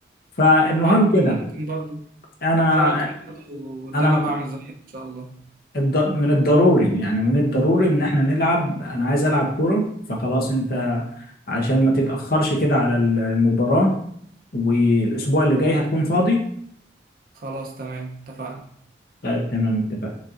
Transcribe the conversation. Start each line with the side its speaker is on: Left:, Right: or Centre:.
Left: فالمهم
Right: أيوة،
Left: كده
Right: ممكن برضه
Left: انا
Right: انا ممكن برضه قدام
Left: انا
Right: ابقى اعمل زيك ان شاء الله
Left: الض- من الضروري يعني من الضروري ان احنا نلعب انا عايز العب كورة فخلاص انت عشان ما تتأخرش كده على المباراة والاسبوع اللي جاي هتكون فاضي
Right: خلاص تمام اتفقنا
Left: طيب تمام اتفقنا